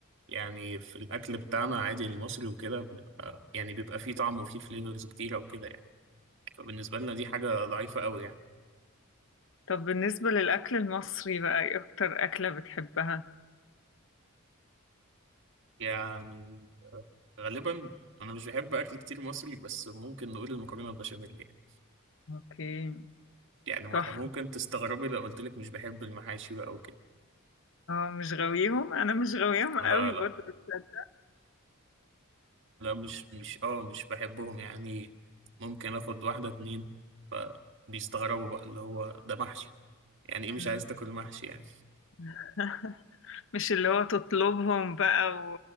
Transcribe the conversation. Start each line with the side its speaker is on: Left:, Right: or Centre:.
Right: يعني في الاكل بتاعنا عادي المصري وكده بنبقى يعني بيبقى فيه طعم وفيه فليفرز كتيره وكده يعني فبالنسبه لنا دي حاجه ضعيفه قوي يعني
Left: طب بالنسبة للأكل المصري بقى إيه أكتر أكلة بتحبها؟
Right: يعني آه، غالبا انا مش بحب اكل كتير مصري بس ممكن نقول المكرونه البشاميل يعني
Left: أوكي
Right: يعني
Left: تحفة
Right: ممكن تستغربي لو قلت لك مش بحب المحاشي بقى وكده
Left: اه مش غاويهم أنا مش غاويهم قوي
Right: لا لا
Left: برضه تصدق.
Right: لا مش مش اه مش بحبهم يعني ممكن اخد واحده اتنين فبيستغربوا بقى اللي هو ده محشي يعني ايه مش
Left: مم.
Right: عايز تاكل محشي يعني
Left: <laughs> مش اللي هو تطلبهم بقى و...